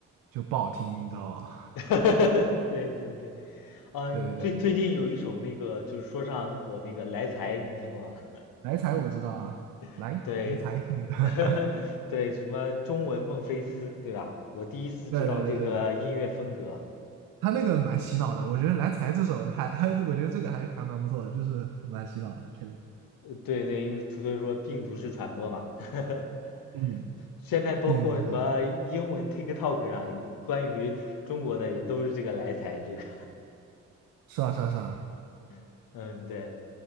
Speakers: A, on the right; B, on the left.
A: 就不好听，你知道吧？
B: <laughs> 对对对，
A: <laughs>
B: 嗯、
A: 对对对。
B: 最最近有一首那个就是说唱很火那个《来财》，你听过吗？
A: 来财我知道啊，来来财，
B: <laughs> 对，
A: <laughs>
B: <laughs> 对，什么中文孟菲斯，对吧？我第一次知道对这个音乐风格。
A: 对对对对，他那个蛮洗脑的，我觉得《来财》这首还还，我觉得这个还还蛮不错的，就是蛮洗脑的，确实。
B: 呃对对，因为所以说病毒式传播嘛。<laughs>
A: 嗯，
B: 现在包括什么英文
A: 并不是很，
B: TikTok 上关于中国的也都是这个来财，这个，
A: 是啊是啊是啊。
B: <laughs> 嗯，对。